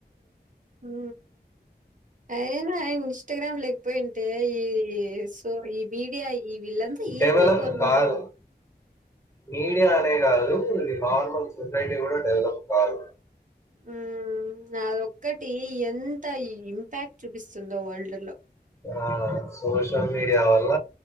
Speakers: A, on the right; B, on the left.
A: ఊ ఐనా ఇన్స్టాగ్రామ్ లే పోయింటే ఈ సో ఈ మీడియా ఇవిలంత
B: డెవలప్
A: ఏమైపోయిండే
B: కాదు.
A: వాల్లు
B: మీడియా అనే కాదు ఇది నార్మల్ సొసైటీ కూడా డెవలప్ కాదు
A: ఊ అదొక్కటీ ఎంతా ఇంపాక్ట్ చూపిస్తుందో వరల్డ్లో
B: ఆ సోషల్ మీడియా వల్ల